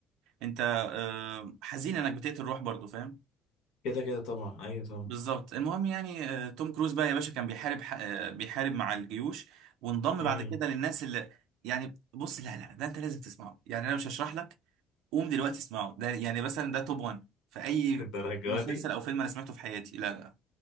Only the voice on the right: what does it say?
أنت آه، حزين إنك بتقتل روح برضه فاهم
بالظبط المهم يعني آه، توم كروز بقى يا باشا كان بيحارب ح- آه، بيحارب مع الجيوش وانضم
بعد كده للناس اللي يعني بص لا لا ده انت لازم تسمعه يعني انا مش هشرح لك قوم دلوقتي اسمعه ده يعني مثلا ده توب 1 في اي
مسلسل
او فيلم انا سمعته في حياتي لا لا